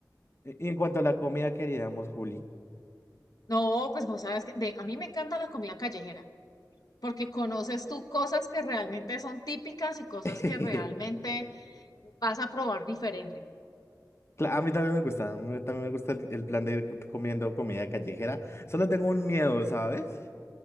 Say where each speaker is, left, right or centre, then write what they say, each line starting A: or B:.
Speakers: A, on the left; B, on the left.
A: y en cuanto a la comida que haríamos, Juli,
B: no, pues vos sabes que de- a mí me encanta la comida callejera, porque conoces tú cosas que realmente son típicas y cosas
A: <laughs> cla-
B: que realmente vas a probar diferente.
A: a mí también me gusta, a mí también me gusta el el plan de ir comiendo comida callejera. Solo tengo un miedo, ¿sabes?